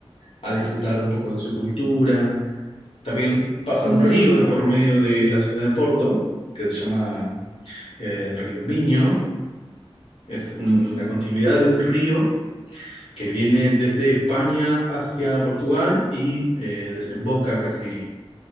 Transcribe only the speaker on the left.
a disfrutar un poco de su cultura. También pasa un
río
de por medio de la ciudad de Porto, que se llama eh, el río Miño, es un-
la continuidad de un río que viene desde España hacia Portugal y eh, desemboca casi